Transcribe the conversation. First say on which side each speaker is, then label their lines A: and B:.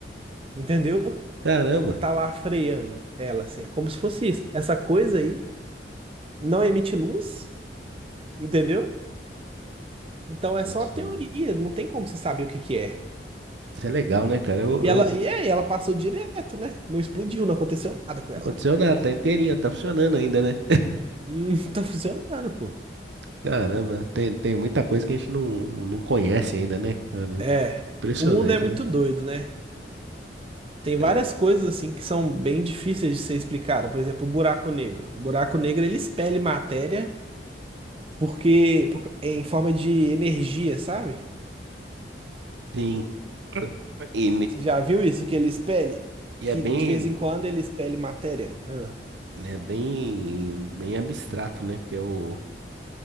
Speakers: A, on the right; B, on the right.
A: entendeu?
B: Caramba.
A: E tá lá freando ela, assim. É como se fosse isso. Essa coisa aí. não emite luz, entendeu? Então é
B: Nossa,
A: só teoria, não tem como você saber o que que é.
B: isso é legal, né, cara? Eu,
A: E
B: eu...
A: ela, e é, ela passou direto, né? Não explodiu, não aconteceu nada com
B: Não
A: ela.
B: aconteceu nada, tá inteirinha, tá funcionando ainda, né?
A: Hum, <laughs> tá funcionando, pô.
B: Caramba, tem, tem muita coisa que a gente não, não conhece ainda, né, cara?
A: É,
B: Impressionante,
A: o mundo é muito
B: né?
A: doido, né? Tem
B: É,
A: várias coisas assim que são bem difíceis de ser explicado. Por exemplo, o buraco negro. O buraco negro ele expele matéria porque por- em forma de energia, sabe?
B: Sim. E, e,
A: Você já viu isso que ele expele?
B: e
A: Que
B: é bem,
A: de vez em quando ele expele matéria? Ah.
B: É bem, bem abstrato, né? Que é o.